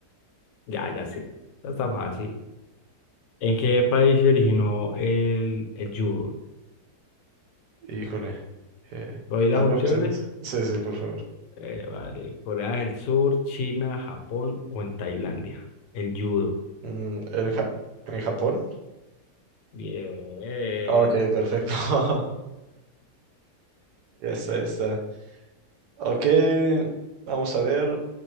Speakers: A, on the left (about 85°); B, on the right (about 75°).
A: Ya, ya sé. Esta Está fácil. ¿En qué país se originó el, el judo?
B: Híjole, eh,
A: ¿Doy las
B: dame
A: opciones?
B: opciones. Sí, sí, por favor.
A: Eh, vale. Corea del Sur, China, Japón o en Tailandia. El judo.
B: Mm, ¿en Jap- en Japón?
A: Bien.
B: Ok, perfecto. <laughs> Ya está, ya está. Ok, vamos a ver.